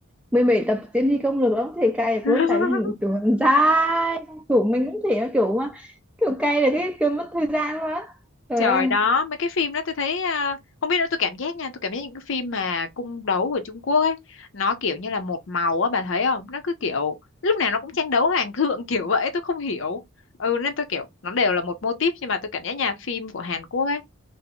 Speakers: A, in the centre; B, on the left (about 60°).
A: mười bảy tập tiến thi công lược lắm thì cày được
B: <laughs>
A: luôn tại vì hình kiểu nó dài kiểu mình cũng thể nó kiểu mà kiểu cày là cái kiểu mất thời gian luôn á trời
B: Trời
A: ơi
B: đó, mấy cái phim đó tôi thấy à, không biết nữa tôi cảm giác nha, tôi cảm giác những cái phim mà cung đấu của Trung Quốc ấy, nó kiểu như là một màu á bà thấy không? Nó cứ kiểu lúc nào nó cũng tranh đấu hoàng thượng <laughs> kiểu vậy, tôi không hiểu. Ừ nên tôi kiểu nó đều là một mô típ nhưng mà tôi cảm giác nhà phim của Hàn Quốc ấy